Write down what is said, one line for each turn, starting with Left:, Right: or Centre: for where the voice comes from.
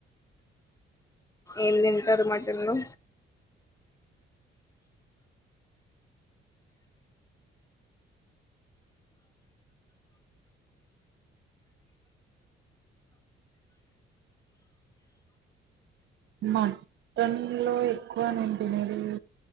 Left: ఏం తింటారు మటన్లో
Right: మటన్ లో ఎక్కువ నేన్ తినేది